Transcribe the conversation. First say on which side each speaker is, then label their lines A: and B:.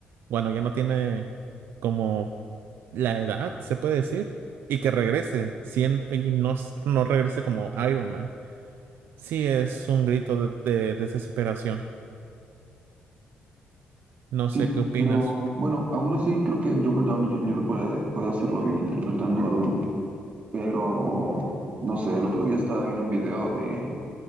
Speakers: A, on the right (about 85°); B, on the right (about 45°).
A: bueno, ya no tiene como la edad, se puede decir, y que regrese siendo, y no, s- no regrese como Iron Man. Sí, es un grito de, de desesperación. No
B: Sí,
A: sé qué opinas.
B: pero bueno, aún así creo que Robert Downey Jr. puede, puede hacerlo bien interpretando a Doom, pero no sé, el otro día estaba viendo un video de